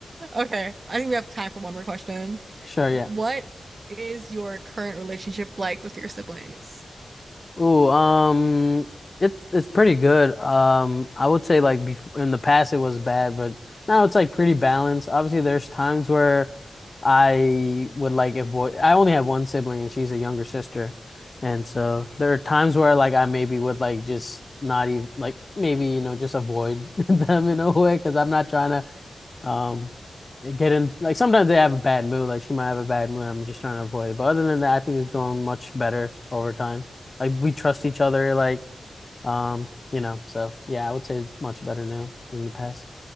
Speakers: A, on the right (about 55°); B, on the left (about 40°).
A: okay, I think we have time for one more question.
B: Sure, yeah.
A: What is your current relationship like with your siblings?
B: Ooh, um, it's it's pretty good. Um, I would say like before in the past it was bad, but now it's like pretty balanced. Obviously, there's times where I would like avoid. I only have one sibling, and she's a younger sister, and so
A: Okay.
B: there are times where like I maybe would like just not even like maybe you know just avoid <laughs> them in a way because I'm not trying to um, get in like sometimes they have a bad mood. Like she might have a bad mood. I'm just trying to avoid it. But other than that, I think it's grown much better over time. Like we trust each other. Like um, you know. So yeah, I would say it's much better now than the past.